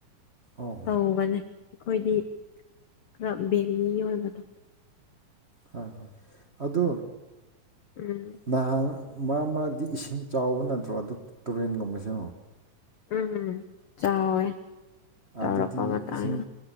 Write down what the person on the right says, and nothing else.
ꯑꯣ
ꯍꯣꯏ ꯍꯣꯏ ꯑꯗꯨ
ꯅꯍꯥꯟ ꯃꯔꯛ ꯃꯔꯛꯛꯇ ꯏꯁꯤꯡ ꯆꯥꯎꯕ ꯅꯠꯇ꯭ꯔꯣ ꯑꯗꯨ ꯇꯨꯔꯦꯟꯒꯨꯝꯕꯁꯨ
ꯑꯗꯨꯗꯤ
ꯏꯁꯤꯡ